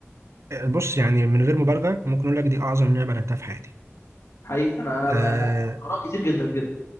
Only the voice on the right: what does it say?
بص يعني من غير مبالغة ممكن أقول لك دي أعظم لعبة لعبتها في حياتي.
آه,